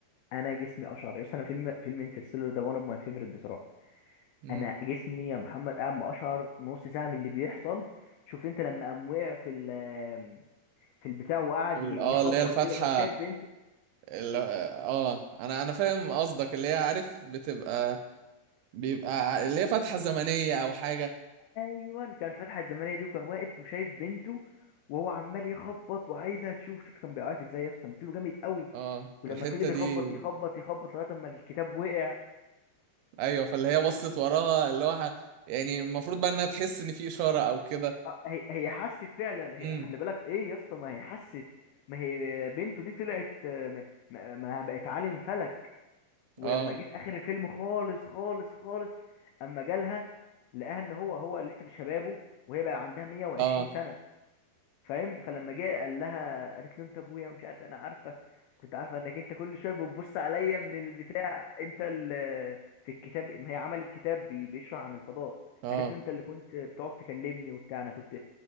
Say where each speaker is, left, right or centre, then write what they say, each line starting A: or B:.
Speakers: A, on the left (about 85°); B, on the right (about 85°).
A: انا جسمي اشعر يس انا فيلم فيلم انترستيلر ده وان اوف ماي فيفرت بصراحه
B: امم
A: انا جسمي يا محمد قاعد ما اشعر نص ساعه من اللي بيحصل شفت انت لما قام وقع في ال في البتاع وقعد
B: ال-
A: ي-
B: اه
A: يخبط
B: اللي هي الفاتحه
A: كده وكان شايف بنته
B: ال- اه انا انا فاهم قصدك اللي هي عارف بتبقى بيبقى اللي هي فتحة زمنية أو حاجة
A: ايوه كان في الحلقه الزمنيه دي وكان واقف وشايف بنته وهو عمال يخبط وعايزها تشوف شوف كان بيعيط ازاي يا اسطى تمثيله جامد قوي
B: اه
A: ولما
B: الحتة
A: فضل
B: دي
A: يخبط يخبط يخبط لغايه اما الكتاب وقع
B: أيوة فاللي هي بصت وراها اللي هو ح- يعني المفروض بقى إنها تحس إن في إشارة أو كده
A: آه، هي هي حست فعلا هي
B: امم
A: خلي بالك ايه يا اسطى ما هي حست ما هي بنته دي طلعت آه، ما, ما ما بقت عالم فلك ولما
B: اه
A: جه في اخر الفيلم خالص خالص خالص اما جالها لقاها ان هو هو لسه في شبابه وهي بقى عندها 120
B: اه
A: سنه فاهم فلما جه قال لها قالت له انت ابويا ومش عارف انا عارفه كنت عارفه انك انت كل شويه بتبص عليا من البتاع انت اللي في الكتاب ما هي عملت كتاب بي- بيشرح عن الفضاء
B: اه
A: قالت له انت اللي كنت بتقعد تكلمني وبتاع انا كنت